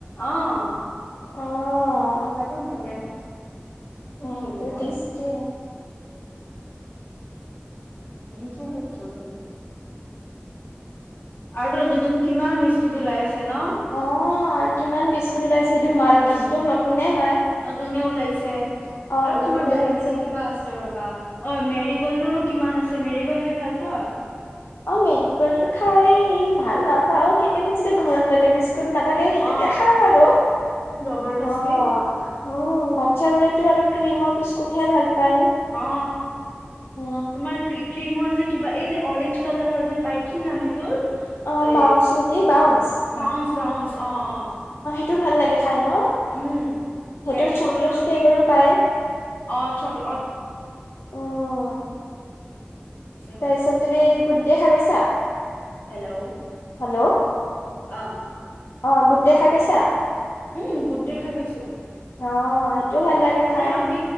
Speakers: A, on the left; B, on the left.
A: আহ
B: অ'।
A: ভাল লাগে সেনেকে ক'ত থলো
B: তাকে
A: মই
B: টেষ্ট দিও
A: ৰুচ কৰত আৰু ৰন্ধু ৰন্ধু কিমান মিচ ওলাই আছে ন
B: অ, কিমান বিস্কুট ওলাইছে সেইটো
A: উম
B: মাল কিছটো নতুনে হয়।
A: নতুনে ওলাইছে
B: অ
A: আৰু
B: নতুনে
A: তোমাৰ বেলেগ
B: ওলাইছে
A: বেলেগ কিবা আছে ৰবা অ মেৰি গল্ডৰো। কিমান আছে মেৰি গল্ড খাই ভাল পোৱা।
B: অ মেৰিগল্ড টো খাই ভাল নাপাও কেতিয়াবা যদি ঘৰত বেলেগ বিস্কুট নাথাকে সেইটোকে
A: অ
B: খাওঁ আৰু
A: জবৰদস্তি
B: অ উম বা্ছা বু তো আৰু ক্ৰিমৰ বিস্কুট হে ভাল পায়
A: অ
B: অ
A: তোমাৰ ক্ৰিমৰ যে কিবা এই যে অৰেঞ্জ কালাৰৰ যে পায় কি নাম এইটোৰ?
B: অ
A: এ
B: বাউন্স নেকি বাউন্স
A: বাউন্চ বাউন্স অ অ
B: সেইটো ভাল লাগে খাই ন
A: উম
B: সেইটো
A: মেৰিগল্ডৰো
B: চকলেট ফ্লেভাৰো
A: কি
B: পায়।
A: অ, চকলেট
B: উম
A: আছে হয়
B: তাৰপিছত তুমি গুড দে খাব পাইছা
A: হেল্ল',
B: হেল্ল',
A: অ',
B: অ', গুড দে খাই পাইছা
A: উম গুড দি খাই পাইছোঁ।
B: অ', সেইটোও ভাল লাগে
A: মানে
B: খাই
A: আমি,